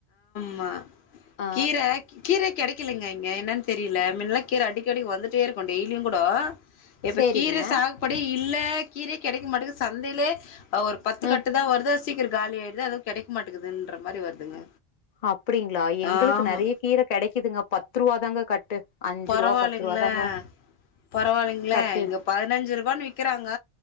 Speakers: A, on the left; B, on the left.
A: ஆஹ்
B: ஆ
A: கீர கீரை கிடைக் கிடைக்கலங்க இங்க என்னன்னு தெரியல மின்னல்லா கீரை அடிக்கடிக்கு வந்துட்டே இருக்கும் டெய்லியும் கூடோ இப்ப
B: சேரிங்க
A: கீரை சாகுபடி இல்ல கீரைய கிடைக்க மாட்டங்குது சந்தையிலே அஹ் ஒரு பத்து
B: ஆ
A: கட்டுதான் வருது சீக்கிரம் காலி ஆயிடுது அதுவும் கிடைக்க மாட்டாகுதுன்ற மாரி வருதுங்க
B: அப்படிங்களா எங்களுக்கு
A: ஆமா
B: நறைய கீரை கடைக்குதுங்க பத்து ரூபா தாங்க கட்டு அஞ்சு
A: பரவாலுங்களே
B: ரூவா பத்து ரூவா தாங்க
A: பரவாயில்லைங்களே
B: கட்டு
A: இங்க பதினஞ்சு ரூபான்னு விக்கிறாங்க